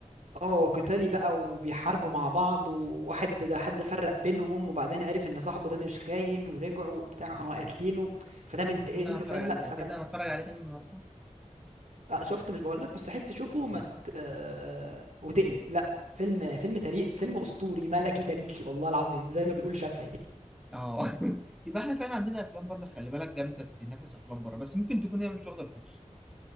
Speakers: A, on the right (about 70°); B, in the centre.
A: اه قتالي بقى وبيحاربوا مع بعض وواحد ده حد فرق بينهم وبعدين عرف ان صاحبه ده مش خاين ورجعوا وبتاع
B: لا
A: اه
B: لا
A: قاتلينه
B: لا لا
A: فده منتقم
B: الفيلم ده انا
A: له
B: اتفرج
A: فاهم
B: عليه
A: لا
B: تاني
A: فكان
B: تصدق انا اتفرج عليه تاني النهارده
A: آه شفت مش بقول لك مستحيل تشوفه
B: لا
A: وما
B: اه
A: ت- آه، وتقلب لا فيلم فيلم تاريخ فيلم اسطوري ملكي تاريخي والله العظيم زي ما بيقول شافعي
B: اه <laughs> يبقى احنا فعلا عندنا افلام بره خلي بالك جامده تنافس افلام بره بس ممكن تكون هي مش واخده الفرصه